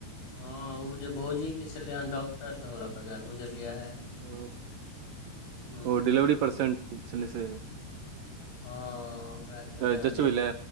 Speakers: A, on the left (about 75°); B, on the right (about 75°).
A: हँ, ओ जे भौजीके छलै हँ, डॉक्टर लग लऽ कऽ गेल बुझलियै?
B: ओ
A: हँ
B: हो ओ डिलिवरी परर्सेन्ट छलै से।
A: ह, ओकरा छलै
B: जचवलै?
A: हन